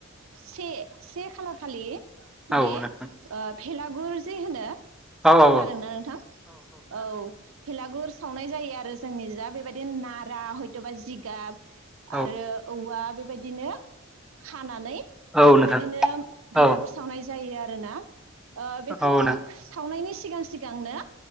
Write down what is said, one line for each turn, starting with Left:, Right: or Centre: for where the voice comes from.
Right: से से खालार खालि माने
Centre: औ नोंथां
Right: ओ भेलागुर जे होनो
Centre: औ औ
Right: खोनादोंना
Centre: औ
Right: नोंथां औ भेलागुर सावनाय जायो आरो जोंनि जा बे बायदि देन नारा हयथबा जिगाब
Centre: औ
Right: आरो औवा बे बायदिनो खानानै
Centre: औ
Right: बेबायदिनो
Centre: नोंथां
Right: भेलागुर
Centre: औ
Right: सावनाय जायो आरो रो ना ओह बेखौ
Centre: औ नों
Right: सावनायनि सिगां सिगांनो